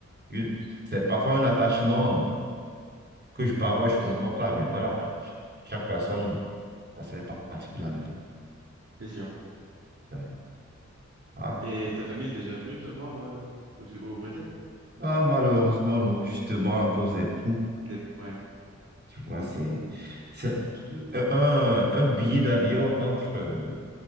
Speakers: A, on the right; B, on the right.
A: une- c'est parfois un attachement que je, parfois je comprends pas, mais voilà, ch- chaque personne a ses particularités.
B: C'est sûr.
A: Ouais. Ah.
B: Et ta famille est déjà venue te voir euh, au, au Brésil?
A: Ah, malheureusement, non, justement, à cause des coûts,
B: Des- Ouais.
A: tu vois, c'est, c'est euh, un, un billet d'avion entre euh,